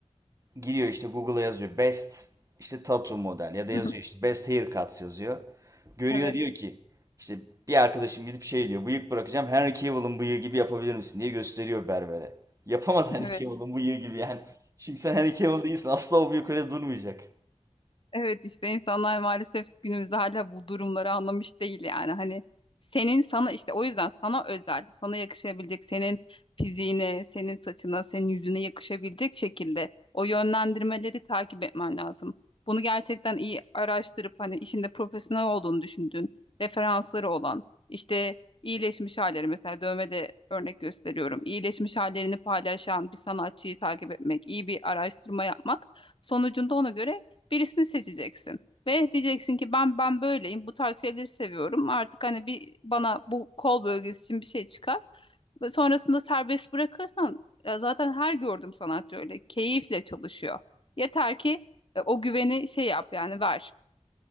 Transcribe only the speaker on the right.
Giriyor işte Google'a yazıyor best işte tattoo model ya
da yazıyor işte best haircuts yazıyor. Görüyor
diyor ki işte bir arkadaşım gidip şey diyor bıyık bırakacağım Henry Cavill'ın bıyığı gibi yapabilir misin diye gösteriyor berbere. Yapamaz Henry
Cavill'ın bıyığı gibi yani. Çünkü sen Henry Cavill değilsin asla o bıyık öyle durmayacak.